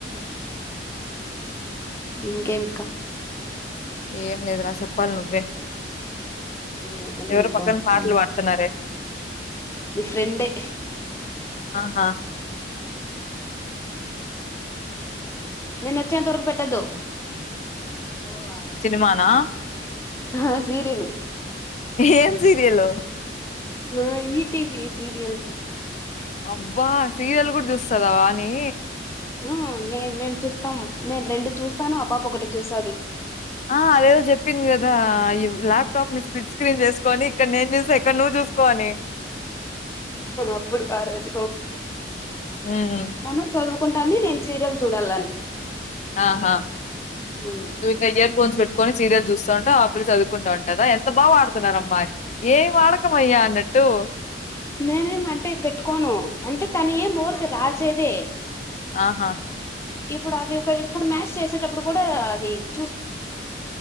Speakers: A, on the left; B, on the left.
A: ఇంకేం ఆకా
B: ఏం లేదురా చెప్పాలి నువ్వే
A: ఏముంది
B: ఎవరు
A: ఇంకా
B: పక్కన పాటలు
A: ఉమ్.
B: పాడుతున్నారే
A: మీ ఫ్రెండే
B: ఆహా!
A: నేను వచ్చేంత వరకు పెట్టదో పో బా
B: సినిమానా
A: ఆ సీరియలు
B: ఏం సీరియల్
A: ఆ ఈ టి వి సీరియల్స్
B: అబ్బా సీరియల్ కూడా చూస్తదా వాని
A: మ్ నేను మేము చూస్తాము నేను రెండు చూస్తాను ఆ పాప ఒకటి చూస్తాది
B: ఆ అదదో చెప్పింది కదా, ఈ ల్యాప్టాప్ ని స్పిడ్ స్క్రీన్ చేసుకోని ఇక్కడ నేను చూసా ఇక్కడ నువ్వు చూసుకోని
A: అప్పుడు ఆ రోజ
B: మ్మ్
A: అవును చీరం చూడాలని
B: ఆహా
A: ఉమ్.
B: నువు ఇకా ఇయర్ ఫోన్స్ పెట్ కని సీరియల్ చూస్తూ ఉంటే ఆ పిల్ చదువుకుంటా ఉంటుందా, ఎంత బా మాటడుతున్నారు అమ్మా ఏం వాడకంమయ్యా అన్నట్టు ట్టు
A: నేనేమి అంటే పెట్టుకోను అంటే తను ఏం ఊరిక రా సెదే
B: ఆహా
A: ఇప్పుడు అది ఒక లిప్ ఇప్పుడు మ్యాస్ చేసేటప్పుడు కూడా అది చూస్